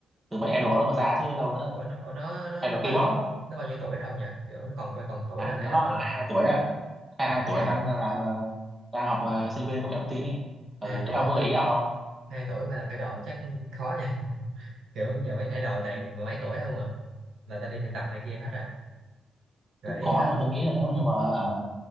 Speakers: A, on the right; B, on the right.
A: từ mấy idol đó mà ra chứ đâu nữa
B: ủa nó, ủa nó nó
A: idol
B: nó bao
A: K-pop
B: nhiêu
A: á
B: nó bao nhiêu tuổi rồi ông nhỉ kiểu nó còn coi còn tuổi
A: à
B: làm idol
A: nó
B: được không
A: hai hai tuổi hai
B: à,
A: hai
B: hai
A: tuổi
B: hai
A: đang
B: tuổi
A: ờ, làm ờ, đang học ờ,
B: à,
A: sinh viên công nghệ thông tin đi ừ,
B: 22 tuổi
A: thế ông có
B: mà
A: gợi ý nào không
B: hai hai tuổi mà làm idol chắc khó nha <laughs> kiểu giờ mấy idol toàn
A: Ừ.
B: mười mấy tuổi không à là ta đi thực tập này kia hết rồi gợi
A: cũng khó
B: ý hả
A: nhưng mà tôi nghĩ là nếu mà
B: Ừ.
A: nhưng mà hả,